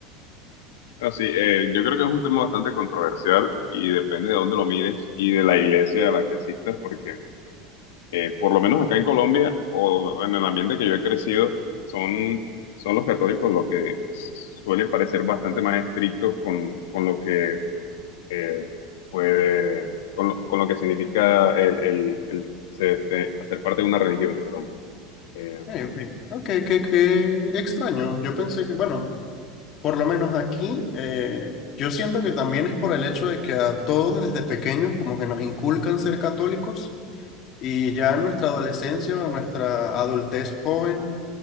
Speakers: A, on the left; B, on the left.
A: Así, eh, yo creo que es un tema bastante controversial y depende de dónde lo mires y de la iglesia a la que asistas, porque eh, por lo menos acá en Colombia o en el ambiente que yo he crecido, son, son los católicos los que suelen parecer bastante más estrictos con, con lo que eh, puede, con lo, con lo que significa el, el, el ser, este, hacer parte de una religión, perdón. Eh,
B: Eh, ok, No, qué, qué- qué extraño. Yo pensé que, bueno, por lo menos aquí, eh, yo siento que también es por el hecho de que a todos desde pequeños como que nos inculcan ser católicos y ya en nuestra adolescencia o en nuestra adultez joven